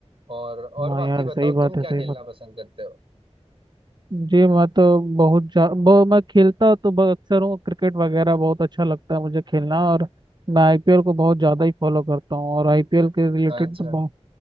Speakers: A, on the right; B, on the right.
A: और और
B: हाँ
A: बाकी
B: यार
A: बताओ
B: सही
A: तुम
B: बात है
A: क्या
B: सही
A: खेलना
B: बात है।
A: पसंद करते हो
B: जी मैं तो बहुत जा बहु, मैं खेलता तो ब- अक्सर हूँ क्रिकेट वगैरह बहुत अच्छा लगता है मुझे खेलना और मैं आईपीएल को बहुत ज़्यादा ही फॉलो करता हूँ और आईपीएल के रिलेटेड
A: अच्छा
B: तो बहु-